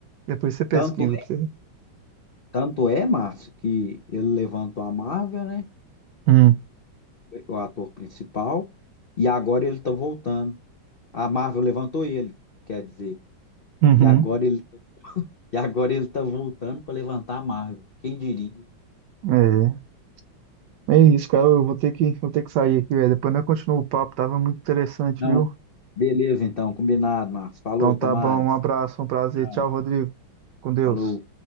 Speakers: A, on the right; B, on the left.
A: Depois você pesquisa
B: tanto,
A: pra você. ver.
B: tanto é, Márcio, que ele levantou a Marvel, né?
A: Hum.
B: O ator principal, e agora ele tá voltando. A Marvel levantou ele, quer dizer.
A: Uhum.
B: E agora ele E agora ele tá voltando para levantar a Marvel. Quem diria?
A: É. É isso, cara. Eu vou ter que, vou ter que sair aqui, velho. Depois nós continuamos o papo. Tava muito interessante,
B: Não,
A: viu?
B: beleza então, combinado, Marcos. Falou,
A: Então
B: até
A: tá
B: mais.
A: bom. Um abraço, um prazer.
B: Tchau.
A: Tchau, Rodrigo. Com Deus.
B: Falou.